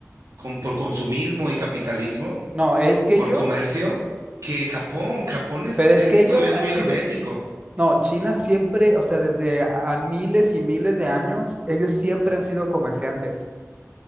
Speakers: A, on the right; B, on the right.
A: con, por consumismo y capitalismo,
B: No, es que
A: por
B: ellos
A: comercio, que Japón. Japón es,
B: Pero es
A: es
B: que ellos
A: todavía
B: han
A: muy
B: sido,
A: hermético.
B: no, China siempre, o sea, desde a miles y miles de años, ellos siempre han sido comerciantes.